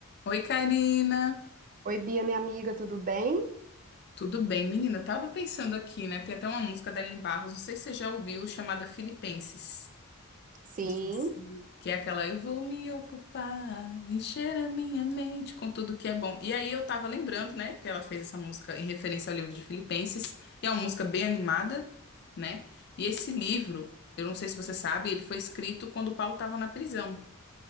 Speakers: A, on the left; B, on the right.
A: Oi, Karina.
B: Oi, Bia, minha amiga, tudo bem?
A: Tudo bem, menina? Eu Tava pensando aqui, né? Tem até uma música da Aline Barros, não sei se você já ouviu, chamada Filipenses.
B: Sim,
A: Não sei se... Que é aquela, eu vou me ocupar, encher a minha mente com tudo que é bom. E aí eu tava lembrando, né? Que ela fez essa música em referência ao livro de Filipenses. E é uma música bem animada, né? E esse livro, eu não sei se você sabe, ele foi escrito quando o Paulo estava na prisão.